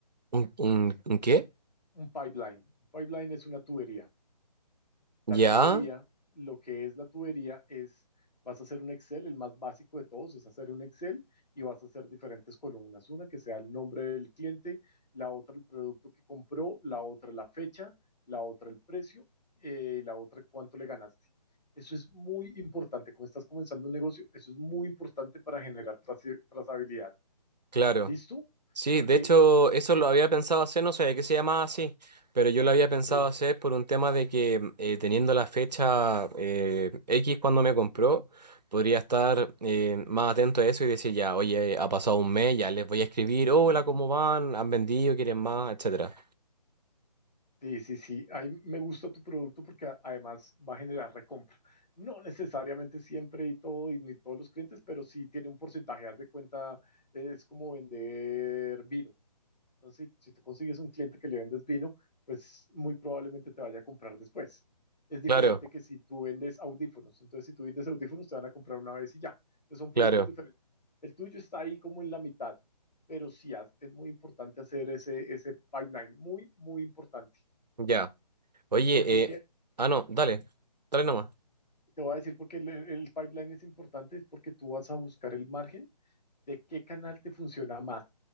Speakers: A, on the right; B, on the left.
A: ¿Un, un- un qué?
B: Un pipeline. Un pipeline es una tubería. La
A: Ya,
B: tubería, lo que es la tubería es, vas a hacer un Excel, el más básico de todos es hacer un Excel y vas a hacer diferentes columnas, una que sea el nombre del cliente, la otra el producto que compró, la otra la fecha, la otra el precio, eh, la otra cuánto le ganaste. Eso es muy importante. Como estás comenzando un negocio, eso es muy importante para generar traci- trazabilidad.
A: claro.
B: ¿Listo?
A: Sí,
B: Porque
A: de hecho, eso lo había pensado hacer, no sabía que se llamaba así, pero yo lo había pensado
B: eh,
A: hacer por un tema de que mm, eh, teniendo la fecha eh, X cuando me compró, podría estar eh, más atento a eso y decir ya, oye, ha pasado un mes, ya les voy a escribir, hola, ¿cómo van? ¿Han vendido? ¿Quieren más? Etcétera.
B: Sí, sí, sí. Ahí me gusta tu producto porque a- además va a generar recompra. No necesariamente siempre y todo, y ni todos los clientes, pero sí tiene un porcentaje. Haz de cuenta, es como vender vino. Entonces, si, si tú consigues un cliente que le vendes vino, pues muy probablemente te vaya a comprar después. Es diferente
A: Claro,
B: que si tú vendes audífonos. Entonces, si tú vendes audífonos, te van a comprar una vez y ya. Entonces, son productos
A: claro,
B: diferentes. El tuyo está ahí como en la mitad, pero sí haz- es muy importante hacer ese, ese pipeline. Muy, muy importante.
A: ya. Oye,
B: Porque
A: eh,
B: que,
A: ah, no, dale, dale nomás.
B: te voy a decir por qué el, el pipeline es importante, es porque tú vas a buscar el margen de qué canal te funciona más.